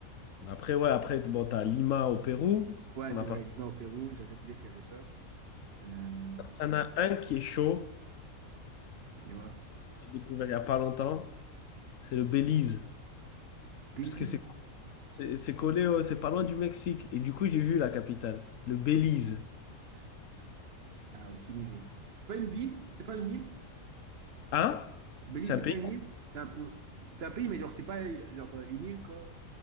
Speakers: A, on the left; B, on the right.
A: Après, ouais, après, bon, t'as Lima au Pérou,
B: ouais,
A: qu'on
B: c'est
A: n'a pas.
B: vrai, Lima au Pérou, j'avais oublié qu'il y avait ça. Euh,
A: T'en as un qui est chaud,
B: tu vois.
A: que j'ai découvert il n'y a pas longtemps, c'est le Belize.
B: Belize,
A: Parce que c'est c'est c'est collé, au- c'est pas loin du Mexique. Et du coup, j'ai vu la capitale, le Belize.
B: putain. Ah, aucune idée. C'est pas une ville? C'est pas une île?
A: Hein?
B: Belize,
A: C'est un
B: c'est
A: pays.
B: pas une île? C'est un, peu- c'est un pays, mais genre, c'est pas euh, genre euh, une île, quoi.